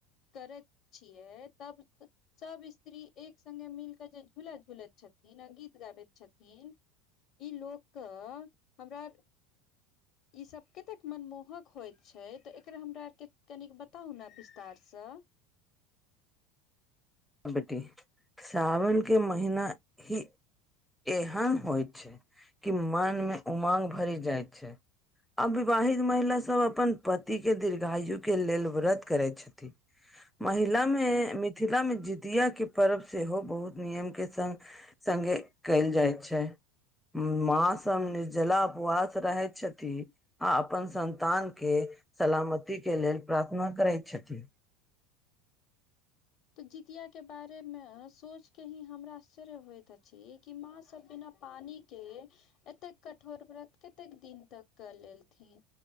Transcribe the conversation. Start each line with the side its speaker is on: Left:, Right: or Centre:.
Left: करै छियै, तब सब स्त्री एक सङ्गे मिल क जे झूला झुलैत छथिन, आ गीत गाबैत छथिन। ई लोकके, हमरा
Centre: <inaudible>
Left: इ सब कतेक मनमोहक होयत छै ते एकरा हमरा आर के कनी बताउ ने विस्तार स। स।
Centre: बेटी साावन के महीना ही एहन होइ छै कि मन मे उमंग भरि जाइत छै। आ विवाहित महिला सब अपन पति के दीर्घायु के लेल व्रत करै छथि। महिला मे मिथिला मे जितिया के पर्व सेहो बहुत नियम के संग संगे कैल जाइत छै। माँ सब निर्जला उपवास रहै छथि। आ अपन संन्तान के सलामती के लेल प्रार्थना करैत छथि।
Left: तऽ जितिय के बारेमे सोचके ही हमरा आश्चर्य होइत अछि कि माँ सब बिना पानी के के एतेक कठोर व्रत कतेक दिन तक क लेलथिन।